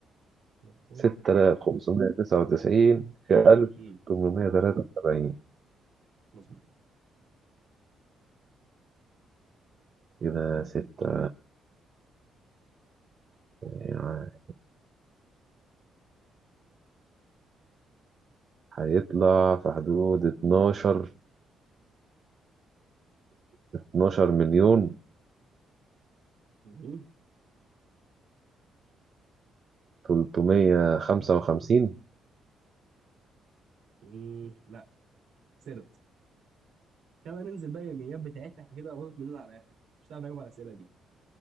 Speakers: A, on the right; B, on the right.
A: بحسبه
B: 6599 في 1873
A: امم مظبوط
B: كده 6 يعني هيطلع في حدود 12 12 مليون
A: مهم.
B: 355
A: مم. لا خسرت خلينا ننزل بقى الايميلات بتاعتنا احنا كده باظت مننا على الاخر مش هتعرف نجاوب على الاسئله دي